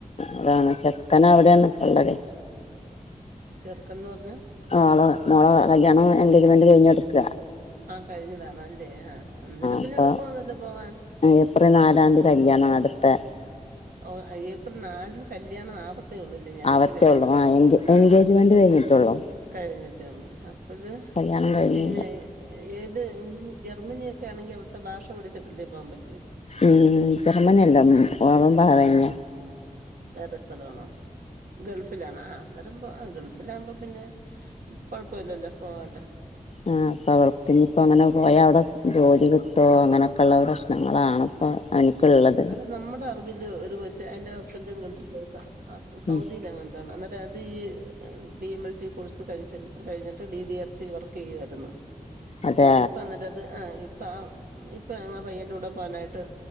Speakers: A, on the left (about 50°); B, on the right (about 85°).
A: അതാണ് ചെക്കന അവിടെയാണ് ഇപ്പ ഉള്ളതെ.
B: ചെറുക്കൻന്ന് പറഞ്ഞ.
A: ഒളെ മോളെ കല്യാണം എൻഗേജ്മെന്റ് കഴിഞ്ഞഞ് എടുക്ക.
B: ആഹ് കഴിഞ്ഞതാണ് അല്ലേ ആ അന്നേരം പിന്നെ
A: അപ്പൊ
B: എളുപ്പമാന്നല്ലോ പോകാൻ.
A: ഏപ്രിൽ നാലാം തീയതി കല്യാണം. അടുത്തെ
B: ഓ ഏപ്രിൽ നാലിന് കല്യാണം അപത്തെ ഒള്ള് ഇ ആ ഞാൻ
A: ആവത്തേ
B: വെച്ച് കല്യാണം
A: ഒള്ളൂ
B: കഴിഞ്ഞന്ന്.
A: ആഹ് എൻഗേ
B: ആ
A: എൻഗേജ്മെന്റ്
B: അപ്പൊ
A: കഴിഞ്ഞിട്ടൊള്ളൂ
B: കഴിഞ്ഞിട്ടെള്ളൂ. ഒരു
A: കല്യാണം കഴിഞ്ഞില്ല
B: പിന്നെ ഏത് ജർമ്മനിയൊക്കെ ആണെങ്കി അവിടുത്തെ ഭാഷ പിടിച്ചിട്ടില്ലേ പോകാൻ പറ്റു.
A: ഉംജർമ്മനി അല്ല ഓവൻ ബഹറിനിയ.
B: വേറെ സ്ഥല ആണോ ഗൾഫിലാണ്. ആ അനേരമ്പോ ആ ഗൾഫ്. അല്ല ആകുമ്പോ പിന്നെ കൊഴപ്പ ഇല്ലല്ലോ പോകൻ.
A: ആഹ് അപ്പൊ അവർക്ക് ഇനിയിപ്പോ അങ്ങനെ പോയാ അവിടെ സ് ജോലി കിട്ടോ അങ്ങനൊക്കെയള്ള ഓരോ ഞങ്ങളെ ആണത്തം അനിക്കുള്ളത്.
B: അത് നമ്മുടെ അറിവില് ഒരു കൊച്ച് അയിന്റെ ഹസ്ബൻഡും ഗൾഫിനേഴ്സ സൗ സൗദിയിലെങ്ങാണ്ട്.
A: ഉം
B: അതാണ് അന്നേരം അത് ഈ D M L T course കഴിച്ച് കഴിഞ്ഞിട്ട് ഡി ഡിആർ സി വർക്ക് ചെയ്യുആയിരുന്നു.
A: അതെ
B: ഉം ഇപ്പ അന്നിട്ട അത് ആഹ് ഇപ്പ ഇപ്പ ആ പയ്യന്റെ കൂടെ പോവാനായിട്ട്.